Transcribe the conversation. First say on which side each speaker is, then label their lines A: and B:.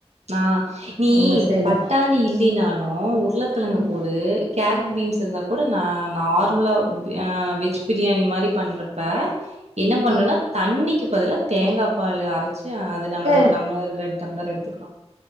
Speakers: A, on the right; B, on the right.
A: நா நீ
B: உங்க ஸ்டைல
A: பட்டாணி இல்லினாலு உருளக்கெழங்கு
B: ம்
A: போடு கேரட் பீன்ஸ் இருந்தா கூட நா நார்மலா அ வெஜ் பிரியாணி மாறி பண்ணறப்ப என்ன பண்றம்னா
B: ஆ
A: தண்ணிக்கு பதுலா தேங்கா பால் அரைச்சு அது
B: அக்கா
A: நம்ம ஒரு டம்ளர் ரெண் டம்ளர் எடுத்துக்கறோ